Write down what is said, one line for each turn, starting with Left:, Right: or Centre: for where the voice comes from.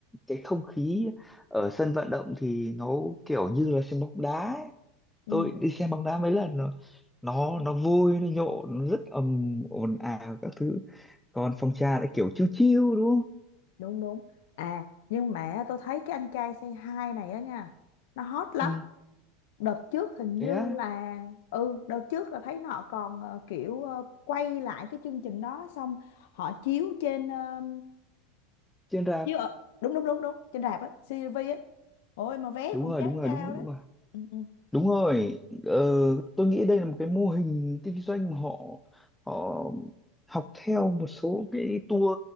Centre: cái không khí ở sân vận động thì nó kiểu như là sân bóng đá ấy.
Left: ừ.
Centre: tôi đi xem bóng đá mấy lần rồi nó nó vui nó nhộn nó rất ầm ồn ào các thứ còn phòng trà lại kiểu chill chill đúng không
Left: đúng đúng à nhưng mà tôi thấy cái anh trai say hi này á nha nó hot lắm
Centre: ừ
Left: đợt trước hình
Centre: thế
Left: như
Centre: á
Left: là ừ đợt trước là thấy họ còn ờ, kiểu ờ, quay lại cái chương trình đó xong họ chiếu trên ờ,
Centre: trên rạp
Left: chiếu ở đúng đúng đúng đúng trên rạp á CCTV á ôi mà vé
Centre: đúng
Left: cũng
Centre: rồi
Left: giá
Centre: đúng rồi
Left: cao
Centre: đúng rồi
Left: đấy
Centre: đúng rồi
Left: ừ, ừ,
Centre: Đúng rồi, ờ, tôi nghĩ đây là một cái mô hình kinh doanh mà họ họ học theo một số cái tour